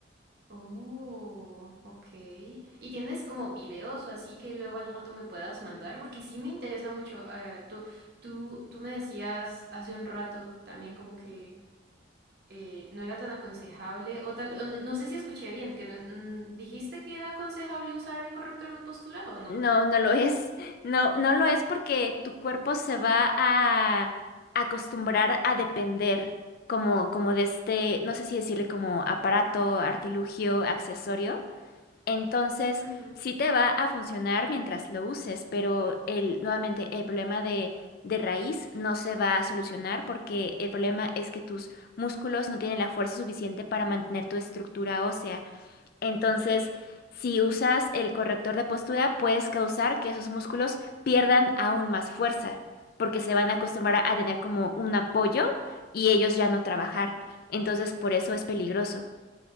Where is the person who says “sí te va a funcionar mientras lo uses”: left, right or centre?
Left